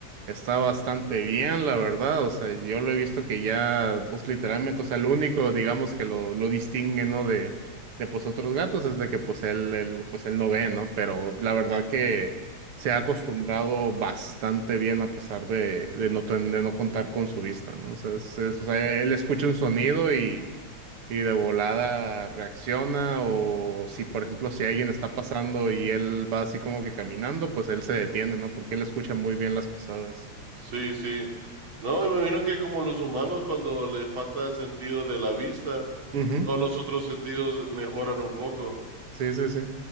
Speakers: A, on the right; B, on the right.
A: Está bastante bien, la verdad. O sea, yo lo he visto que ya, pues literalmente, o sea, lo único, digamos, que lo, lo distingue, ¿no? De, de pues otros gatos es de que pues él, él, pues él no ve, ¿no? Pero la verdad que se ha acostumbrado bastante bien a pesar de, de no, ten- de no contar con su vista, ¿no? O sea, es- es- o sea, él escucha un sonido y, y de volada reacciona o si, por ejemplo, si alguien está pasando y él va así como que caminando, pues él se detiene, ¿no? Porque él escucha muy bien las pisadas.
B: sí. sí. No, me imagino que como los humanos, cuando les falta el sentido de la vista,
A: Ujú,
B: todos los otros sentidos mejoran un poco.
A: Sí, sí, sí.